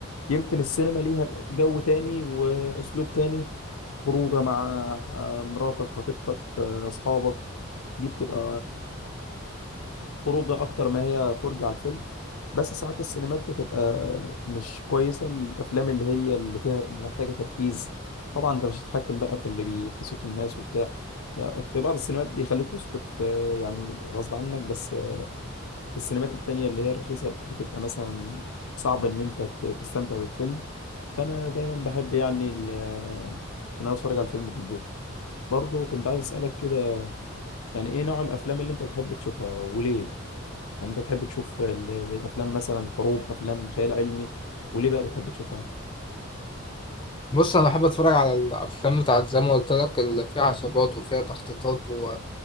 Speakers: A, on the left (about 85°); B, on the left (about 25°).
A: يمكن السينما ليها جو تاني واسلوب تاني خروجه مع آه، مراتك خطيبتك آه، اصحابك دي بتبقى خروجه اكتر ما هي فرجه على الفيلم بس ساعات السينمات بتبقى مش كويسه الافلام اللي هي اللي فيها اللي محتاجه تركيز طبعا انت مش هتتحكم بقى في اللي بي في صوت الناس وبتاع لا في بعض السينمات بيخلوك تسكت آه، يعني غصب عنك بس آه، في السينمات التانية اللي هي الرخيصة بتبقى مثلا صعب إن أنت ت- تستمتع بالفيلم فأنا دايما بحب يعني ال- آه، إن أنا أتفرج على الفيلم في البيت برضه كنت عايز أسألك كده يعني إيه نوع الأفلام اللي أنت بتحب تشوفها وليه؟ يعني انت بتحب تشوف ال- الافلام مثلا حروب افلام خيال علمي وليه بقى بتحب تشوفها
B: بص انا بحب اتفرج على الافلام بتاعت زي ما قلت لك اللي فيها عصابات وفيها تخطيطات و... و...